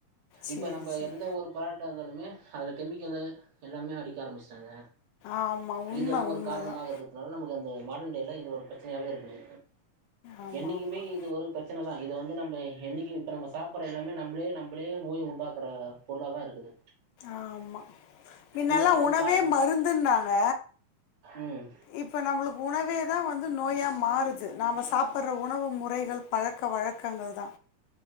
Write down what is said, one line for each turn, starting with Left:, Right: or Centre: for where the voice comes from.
Left: சரி
Right: இப்ப நம்ப
Left: சரி
Right: எந்த ஒரு புராடக்டா இருந்தாலுமே அதுல கெமிக்கல்லு எல்லாமே அடிக்க ஆரம்புச்சுட்டாங்க
Left: ஆமாம் உண்மை
Right: இதெல்லா
Left: உண்மை
Right: ஒரு காரணமாக
Left: தான்
Right: இருக்கு அதனால நமக்கு அந்த மாடன் டேயில இது ஒரு பிரச்சனையாகவே இருக்குது
Left: ஆமாம்
Right: என்னக்கிமே
Left: ஆமாம்
Right: இது ஒருப் பிரச்சன தா இத வந்து நம்ப என்னைக்கு இப்ப நம்ம சாப்புற எல்லாமே நம்பளே நம்பளே நோய உண்டாக்குற பொருளாதா இருக்குது
Left: ஆமா மின்னெல்லா
Right: இதெல்லா ஒரு
Left: உணவே
Right: காரணோ
Left: மருந்துன்னாங்க
Right: ம்
Left: இப்ப நம்மளுக்கு உணவே தா வந்து நோயா மாறுது நாம சாப் புட்ற உணவு முறைகள் பழக்க வழக்கங்கள் தா